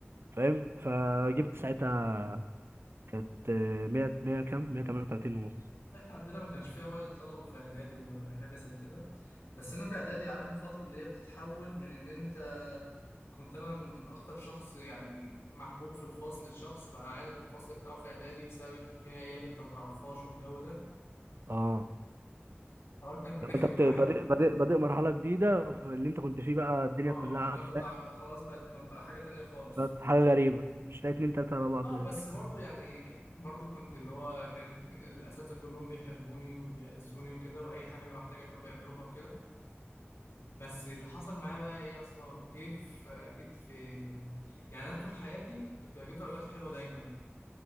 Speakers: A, on the right; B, on the left.
A: فاهم فجبت ساعتها كانت 100 100 كام 138 ونص
B: احنا عندنا ما كانش فيه اوائل طلبه في اعدادي ولا حاجه زي كده بس انا في اعدادي عارف الفتره اللي هي بتتحول من ان انت كنت انا من اكتر شخص يعني محبوب في الفصل الشخص بقى عادي في الفصل بتاعه في اعدادي بسبب إن في عيال انت ما تعرفهاش والجو ده
A: اه
B: الحوار كان
A: لو
B: رخم
A: انت بت-
B: معايا
A: بادئ بادئ بادئ مرحله جديده في اللي انت كنت فيه بقى الدنيا
B: اه
A: كلها
B: اللي
A: عارفه
B: هو انت تع- خلاص بقت ما بقى حاجه تانية خالص
A: بالظبط حاجة غريبة مش لاقي اتنين تلاتة على بعض
B: اه بس
A: تتكلم
B: برضو يعني برضو كنت اللي هو كان الاساتذه كلهم بيحبوني وبيعزوني وكده واي حاجه انا محتاجها كانوا بيعملوها وكده بس اللي حصل معايا بقى ايه يا اسطى جه في جيت في يعني انا طول حياتي كنت بجيب درجات حلوه دايما